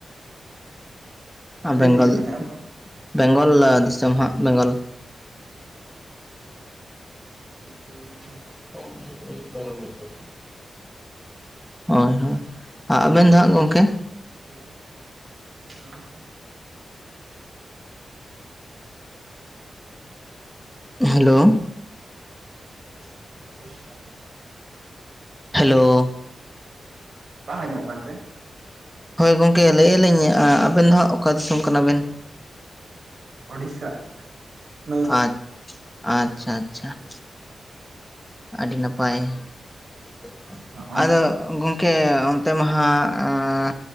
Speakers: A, on the right; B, in the centre.
A: ᱦᱮᱸ
B: ᱟᱨ
A: ᱞᱟᱹᱭ
B: ᱵᱮᱝᱜᱚᱞ
A: ᱵᱤᱱ ᱢᱟᱱᱮ ᱚᱠᱟ
B: ᱵᱮᱝᱜᱚᱞ ᱫᱤᱥᱚᱢ ᱦᱟᱸᱜ ᱵᱮᱝᱜᱚᱞ ᱾
A: <unintelligible>
B: <unintelligible> ᱦᱳᱭ ᱦᱳᱭ ᱾ ᱟᱨ ᱟᱵᱮᱱ ᱫᱚ ᱦᱟᱜ ᱜᱚᱢᱠᱮ?
A: ᱥᱩᱨ ᱨᱮᱱ <inaudible> ᱟᱹᱞᱤᱧ ᱢᱟᱱ ᱫᱤᱥᱚᱢ ᱾ <inaudible>
B: ᱦᱮᱞᱳ ᱾
A: <unintelligible> ᱚᱲᱤᱥᱥᱟ ᱾
B: ᱦᱮᱞᱳᱻ
A: <inaudible> ᱵᱟᱝ ᱟᱸᱡᱚᱢᱚᱜ ᱠᱟᱱᱛᱮ?
B: ᱦᱳᱭ ᱜᱚᱝᱠᱮ ᱞᱟᱹᱭᱮᱫ ᱟᱹᱞᱤᱧ ᱟᱵᱮᱱ ᱫᱚ ᱦᱟᱸᱜ ᱚᱠᱟ ᱫᱤᱥᱚᱢ ᱠᱟᱱᱟ ᱵᱮᱱ?
A: ᱳᱲᱤᱥᱥᱟ ᱾ <inaudible>
B: ᱟᱪ ᱟᱪᱪᱷᱟ ᱟᱪᱪᱷᱟ ᱾ ᱟᱹᱰᱤ ᱱᱟᱯᱟᱭ ᱾ <inaudible>
A: ᱦᱚᱸᱜ
B: ᱟᱫᱚ ᱜᱚᱝᱠᱮ ᱚᱱᱛᱮ ᱢᱟᱦᱟᱸᱜ ᱟᱸ